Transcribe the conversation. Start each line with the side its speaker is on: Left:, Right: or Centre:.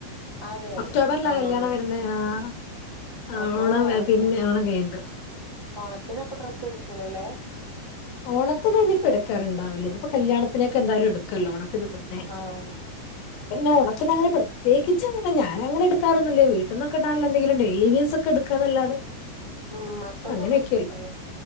Right: അതെ
Left: ഒക്ടോബർലാ
Right: ആഹ്
Left: കല്യാണം വെരുന്നെ ആഹ്
Right: അപ്പൊ
Left: ഓണം
Right: ഓണത്തിന്
Left: പിന്നെ ഓണം കഴിഞ്ട്ട്
Right: ഓണത്തിന് അപ്പ ഡ്രസ്സ് എടുക്കൂലല്ലേ?
Left: ഓണത്തിന് ഇനി ഇപ്പ എടുക്കാറുണ്ടാവില്ല ഇനി ഇപ്പൊ കല്യാണത്തിനൊക്കെ എന്തായാലും എടുക്കല്ലോ ഓണത്തിന് മുന്നേ
Right: ആഹ്
Left: പിന്നെ ഓണത്തിനങ്ങനെ പ്രത്യേകിച്ചങ്ങനെ ഞാനങ്ങനെ എടുക്കറൊന്നുല്ല വീട്ട്ന്നൊക്കെ ഇടാൻള്ളെ എന്തെങ്കിലും ഡേയിലി വീസൊക്കെ ഇട് ക്കതല്ലാതെ
Right: ഉം മക്കൾക്കൊക്കെ
Left: അങ്ങനെക്കെള്ളൂ
Right: എടുക്കില്ലേ